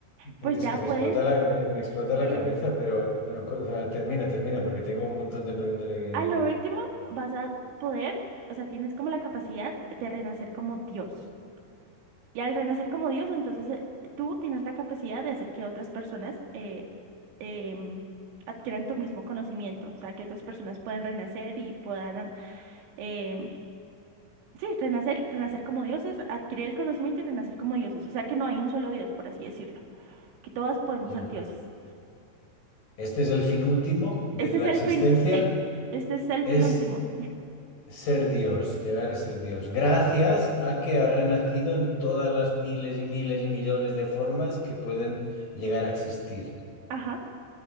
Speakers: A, on the right; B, on the left.
A: pues
B: es
A: ya
B: que
A: puedes,
B: me explota la, me, me explota
A: sí.
B: la cabeza, pero bueno, co- o sea, termina, termina, porque tengo un montón de preguntas aquí encima.
A: A lo último vas a poder, o sea, tienes como la capacidad de renacer como Dios. Y al renacer como Dios, entonces eh, tú tienes la capacidad de hacer que otras personas eh, em, adquieran tu mismo conocimiento, o sea, que otras personas puedan renacer y puedan, an- em, sí, renacer, renacer como dioses, adquirir el conocimiento y renacer como dioses. O sea, que no hay un solo Dios, por así decirlo, que todas podemos
B: Ya.
A: ser dioses.
B: Este es el fin último de
A: Este
B: la
A: es el
B: existencia.
A: fin, sí, este es el
B: Es
A: fin último.
B: Ser Dios, llegar a ser Dios. Gracias a que ha renacido en todas las miles y miles y millones de formas que pueden llegar a existir.
A: Ajá,